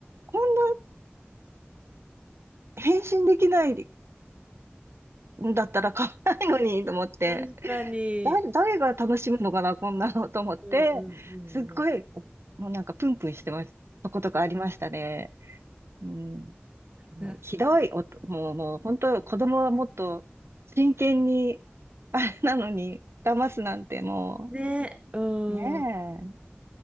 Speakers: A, on the right; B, on the right.
A: こんな返信できないんだったら買わないのにと思って、
B: 確かに。
A: だ、誰が楽しむのかな、こんなのと思って、
B: うんうんうんうん。
A: すっごい、もうなんかプンプンしてます。とことかありましたね。うん、もうひどい、
B: 懐かし
A: おと、もう、もう本当、子供はもっと真剣に、あれなのに、騙すなんても
B: い。ね。うん。
A: う、ね